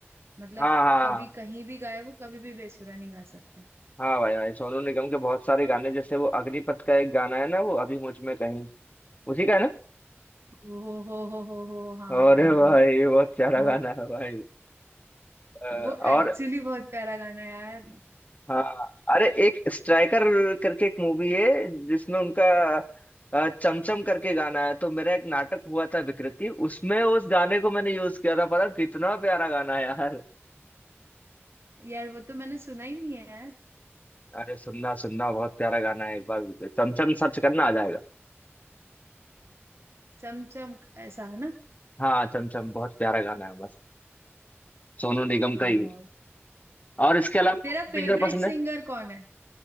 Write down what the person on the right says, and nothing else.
मतलब
कभी कहीं भी गाए वो कभी भी बेसुरा नहीं गा सकता
ओ हो हो हो हो हो, हाँ
यार
बहुत
वो
एक्चुअली बहुत प्यारा गाना है यार
यार वो तो मैंने सुना ही नहीं है यार
चम चम ऐसा है ना
हाँ
तेरा
फेवरेट
सिंगर कौन है